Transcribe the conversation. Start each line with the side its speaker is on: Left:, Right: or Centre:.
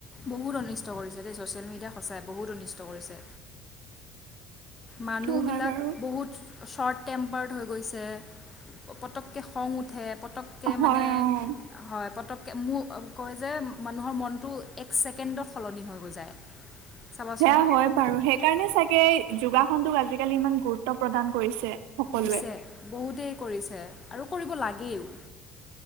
Left: বহুত অনিষ্ট কৰিছে দেই ছ'চিয়েল মিডিয়া সঁচাই বহুত অনিষ্ট কৰিছে মানুহ
Right: সেইটো হয়
Left: বিলাক
Right: বাৰু
Left: বহুত শ্বৰ্ট টেম্পাৰ্ড হৈ গৈছে পটককৈ খং উঠে পটককৈ
Right: হয়
Left: মানে
Right: অ
Left: হয় পটক মোৰ কয় যে মানুহৰ মনটো এক ছেকেণ্ডত সলনি হৈ গৈ যায় চাবাচোন
Right: সেয়া হয় বাৰু সেইকাৰণে চাগে যোগাসনটোক আজিকালি ইমান গুৰুত্ব প্ৰদান কৰিছে সকলোৱে।
Left: দিছে বহুতেই কৰিছে আৰু কৰিব লাগেও